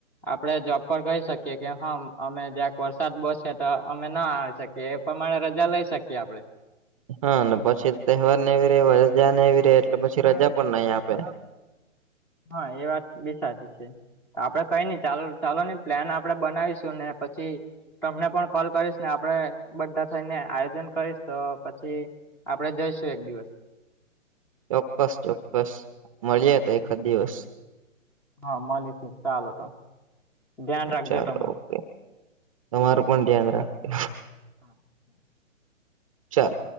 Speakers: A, in the centre; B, on the right.
A: આપડે જોબ પર કહી શકીએ, કે હમ અમે જ્યાક વરસાદ બોસશે તો અમે ના આવી શકીએ, કે એ પ્રમાણે રજા લઈ શકીએ આપડે.
B: હા, ને પછી તહેવાર ને એવી ર રજા ને એવી ર એટલે પછી રજા પણ નહી આપે.
A: હા, એ વાત બી સાચી છે. આપડે કઈ નઈ ચાલ ચાલો નહી પ્લાન આપડે બનાવીશું ને પછી, તમને પણ કોલ કરીશ ને આપણે બધા થઈને આયોજન કરીશ તો પછી, આપડે જઈશું એક દિવસ.
B: ચોક્કસ ચોક્કસ મળીય તો એકાદ દિવસ.
A: હા, મળીશ ચાલો તો ધ્યાન રાખજો
B: ચાલો
A: તમારુ.
B: ઓકે તમારું પણ ધ્યાન રાખજો.
A: હા હા.
B: ચાલો.